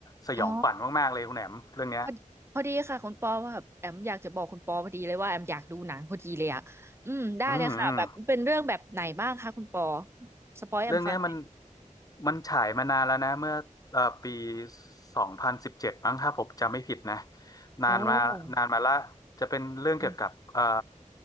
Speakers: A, on the left (about 25°); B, on the right (about 20°).
A: สยองขวัญมากๆเลยคุณแอมเรื่องเนี้ย
B: อ๋อพอดีพอดีค่ะคุณปอว่าแบบแอมอยากจะบอกคุณปอพอดีเลยว่าแอมอยากดูหนังพอดีเลยอ่ะอืมได้เลยค่ะแบบเป็นเรื่องแบบไหนบ้างคะคุณปอ
A: อืมอืม
B: สปอยแอมฟังหน่อย
A: เรื่องเนี้ยมันมันฉายมานานแล้วนะเมื่อเอ่อปีสองพันสิบเจ็ดมั้งถ้าผมจำไม่ผิดนะนานมานานมาละจะเป็นเรื่องเกี่ยวกับเอ่อ
B: โอ้อืม